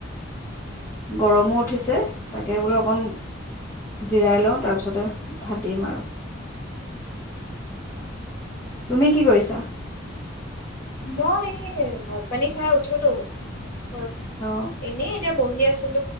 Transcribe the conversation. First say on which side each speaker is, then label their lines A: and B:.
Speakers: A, on the left; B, on the left.
A: গৰমো উঠিছে তাকে বোলো অকণ জিৰাই লওঁ তাৰপিছতে ভাত দিম আৰু তুমি কি কৰিছা?
B: মই এই ভাত পানী খাই উঠিলো। তাৰপিছত
A: অ
B: এনেই এতিয়া বঢ়ি আছো।